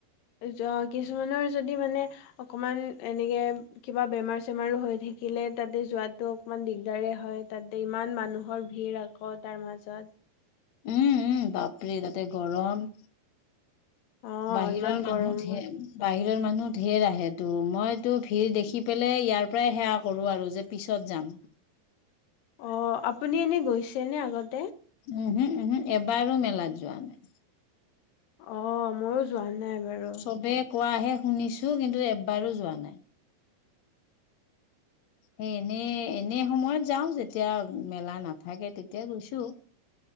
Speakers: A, on the left; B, on the left.
A: য ', কিছুমানৰ যদি মানে অকণমান এনেকে কিবা বেমাৰ চেমাৰো হৈ থাকিলে তাতে যোৱাাতটো অকণমান দিল দৰে হয় তাতে ইমান মানুহৰ ভিৰ আকৌ তাৰ মাজত
B: উম ', -উম ', বাপৰি তাতে গৰম
A: অ'
B: বাহিৰৰ
A: ইমান
B: মানুহ
A: গৰমত
B: ধেৰ বাহিৰ ৰ মানুহ ধঢেৰ আহে তটো মইো ভিৰ দেখি পেলাই ইয়াৰ পৰাই সেৱা কৰো আৰু যে পিছত যাম।
A: অ', আপুনি এনে গৈছে নে আগত
B: উম', - উম ',- উম ', -উম', এবাৰো মেলাত যোৱা নাই।
A: অ ', মই যোৱা নাই। বাৰো
B: চবে কোৱাহে শুনিছো কিন্তু এবাৰো যোৱা নাই। সেই এনে -এনে সময়ত যাওঁ যেতিয়া মেলা নাথাকে তেতিয়াাই গৈছো।